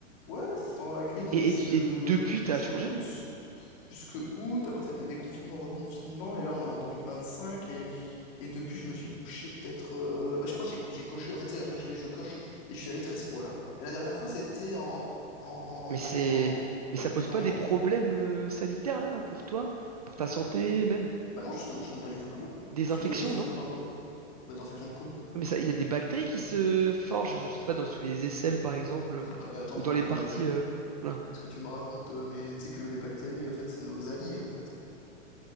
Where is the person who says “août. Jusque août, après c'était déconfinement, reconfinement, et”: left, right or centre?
Left